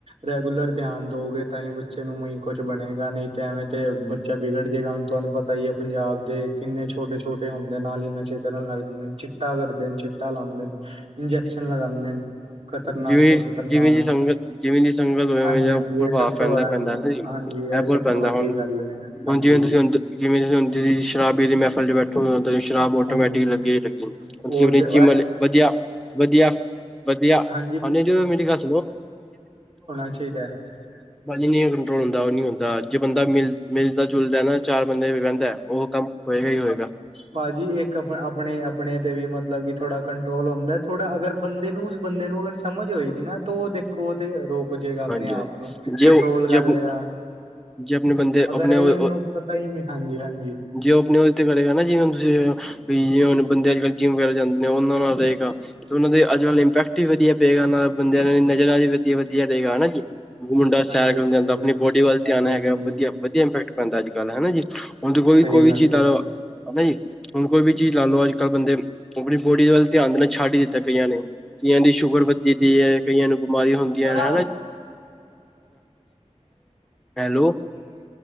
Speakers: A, on the right; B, in the centre.
A: ਰੈਗੂਲਰ ਧਿਆਨ ਦਓਗੇ ਤਾਂ ਹੀ ਬੱਚੇ ਨੂੰ ਉਹੀ ਕੁਝ ਬਣੇਗਾ ਨਹੀਂ ਤੇ ਐਵੇਂ ਤੇ ਬਚ। ਬੱਚਾ ਬਿਗੜ ਜੇਗਾ ਹੁਣ ਤੁਹਾਨੂੰ ਪਤਾ ਹੀ ਏ। ਪੰਜਾਬ ਦੇ ਕਿੰਨੇ ਛੋਟੇ ਛੋਟੇ ਹੁੰਦੇ ਨਾਲ ਹੀ ਨਸ਼ੇ ਕਰਨ ਲੱਗ ਜਾਂਦੇ ਹੁੰਦੇ ਨੇ ਚ। ਚਿੱਟਾ ਕਰਦੇ, ਚਿੱਟਾ ਲਾਂਂਦੇ ਨੇ ਇੰਜੈਕਸ਼ਨ ਲਗਾਉਂਦੇ। ਖਤਰਨਾਕ
B: ਜਿਵੇਂ
A: ਤੋਂ। ਖ਼ਤਰਨਾਕ
B: ਜਿਵੇਂ ਦੀ ਸੰਗਤ ਜਿਵੇਂ ਦੀ ਸੰਗਤ ਹੋਵੇ, ਓਵੇਂ
A: ਹਾਂਜੀ
B: ਜਿਹਾ
A: ਹਾਂਜੀ
B: ਪ੍ਰਭਾਵ
A: ਇਹ ਸਭ ਤੋਂ
B: ਪੈਂਦਾ, ਪੈਂਦਾ ਹੈਨਾ ਜੀ
A: ਹਾਂਜੀ
B: ਇਹ ਪਰ।
A: ਸਭ
B: ਪੈਂਦਾ
A: ਤੋਂ ਵੱਡੀ
B: ਹੁਣ
A: ਗੱਲ ਹੈ
B: ਹੁਣ
A: ਹਾਂਜੀ
B: ਜਿਵੇਂ ਤੁਸੀਂ ਹੁਣ, ਜਿਵੇਂ ਤੁਸੀਂ ਸ਼ਰਾਬ ਦੀ ਮਹਿਫਲ ਚ ਬੈਠ। ਹੁਣ ਤੇ ਸ਼ਰਾਬ ਆਟੋਮੈਟਿਕ
A: ਹਾਂਜੀ
B: ਲੱਗੀ ਦੇਖੋ।
A: ਉਹ
B: ਸਿਵਲੇ
A: ਤੇ
B: ਜਿਮ ਵਾਲੇ ਵਧੀਆ ਵਧੀਆ ਵਧੀਆ।
A: ਹਾਂ ਜੀ।
B: ਹਾਂਜੀ <unintelligible> ਭਾਜੀ
A: ਚਾਹੀਦਾ ਹੈ
B: ਨਹੀਂ ਕੰਟਰੋਲ ਹੁੰਦਾ। ਉਹ ਨੀ ਹੁੰਦਾ। ਜੇ ਬੰਦਾ ਮਿਲ ਮਿਲਦਾ ਜੁਲਦਾ ਨਾ ਚਾਰ ਬੰਦਿਆਂ ਚ ਬਹਿੰਦਾ। ਉਹ ਕੰਮ ਹੋਏਗਾ ਹੀ ਹੋਏਗਾ।
A: ਭਾਜੀ ਇੱਕ ਆਪਣੇ-ਆਪਣੇ ਤੇ ਵੀ ਮਤਲਬ ਕਿ ਥੋੜਾ ਕੰਟਰੋਲ ਹੁੰਦਾ। ਥੋੜਾ ਅਗਰ ਬੰਦੇ ਨੂੰ। ਬੰਦੇ ਨੂੰ ਅਗਰ ਸਮਝ ਹੋਏਗੀ ਨਾ ਤਾਂ ਉਹ ਦੇਖੋ ਉਹ 'ਤੇ ਰੋਕ। ਪੁੱਜੇਗਾ। ਆਪਣੇ
B: ਹਾਂਜੀ ਹਾਂਜੀ
A: ਆਪ ਨੂੰ ਕੰਟਰੋਲ
B: ਜੇ ਜੇ
A: ਕਰ
B: ਆਪਣੇ
A: ਲਏਗਾ।
B: ਜੇ ਆਪਣੇ ਬੰਦੇ
A: ਅਗਰ
B: ਆਪਣੇ
A: ਆਈ ਉਹਨੂੰ ਪਤਾ ਹੀ ਨਹੀਂ। ਹਾਂ ਜੀ, ਹਾਂ ਜੀ।
B: ਜੇ ਉਹ ਆਪਣੇ ਉਹਦੇ ਤੇ ਕਰੇਗਾ, ਨਾ ਜਿਵੇਂ ਹੁਣ ਤੁਸੀਂ ਵੀ। ਜਿਵੇਂ ਬੰਦੇ ਅੱਜ ਕੱਲ ਜਿੰਮ ਵਗੈਰਾ ਜਾਂਦੇ ਨੇ, ਉਹਨਾਂ ਨਾਲ ਰਹੇਗਾ। 'ਤੇ ਉਹਨਾਂ ਦੇ ਅੱਜ ਕੱਲ ਇੰਪੈਕਟ ਵੀ ਵਧੀਆ ਪਏਗਾ। ਬੰਦਿਆਂ ਦੀ ਨਜ਼ਰਾਂ ਵੀ ਵਧੀਆ। ਤੇ ਗਾਣਾ ਜੀ ਮੁੰਡਾ ਸੈਰ
A: ਹਾਂਜੀ
B: ਕਰਨ
A: ਉਹ
B: ਜਾਂਦਾ।
A: ਤੇ ਗੱਲ
B: ਆਪਣੀ
A: ਹੈ
B: ਬੋਡੀ ਵੱਲ ਧਿਆਨ
A: ਹਾਂਜੀ
B: ਹੈਗਾ
A: ਹਾਂਜੀ
B: ਵਧੀਆ। ਵਧੀਆ ਇਪੈਕਟ ਪੈਂਦਾ ਅੱਜ ਕੱਲ ਹੈਨਾ ਜੀ, ਹੁਣ ਦੇਖੋ ਜੀ
A: ਸਹੀ
B: ਕੋਈ ਵੀ
A: ਗੱਲ
B: ਚੀਜ਼ ਦਾ। ਓ ਬਾਈ, ਹੁਣ ਕੋਈ ਵੀ ਚੀਜ਼ ਲਾ ਲੋ। ਕੱਲ੍ਹ ਬੰਦੇ ਆਪਣੀ ਬੋਡੀ ਵੱਲ ਧਿਆਨ ਦੇਣਾ ਛੱਡ ਹੀ ਦਿੱਤਾ ਕਈਆਂ ਨੇ। ਕਈਆਂ ਦੀ ਸ਼ੂਗਰ ਵੱਧਦੀ ਪਈ ਹੈ। ਕਈਆਂ ਨੂੰ ਬਿਮਾਰੀਆਂ ਹੁੰਦੀਆਂ ਏ।
A: <inaudible> <unintelligible>
B: ਹੈਲੋ